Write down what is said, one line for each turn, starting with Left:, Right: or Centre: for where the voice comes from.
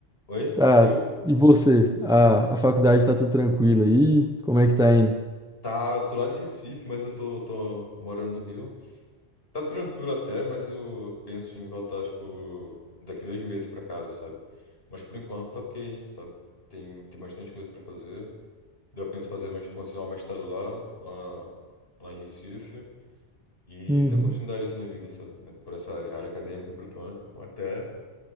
Left: Oi?
Centre: tá?
Left: Eu?
Centre: E você, a, a faculdade tá tudo tranquilo aí? Como é que tá indo?
Left: Tá, eu sou lá de Recife, mas eu tô, tô morando no Rio. Tá tranquilo até, mas eu penso em voltar, tipo, daqui dois meses pra casa, sabe? Mas por enquanto tá ok, sabe? Tem, tem bastante coisa pra fazer. Daí eu penso em fazer, mes- continuar o mestrado lá, lá, lá em Recife, e
Centre: Uhum.
Left: dar continuidade assim na vida, sabe? Né, Por essa área, área acadêmica, por enquanto, até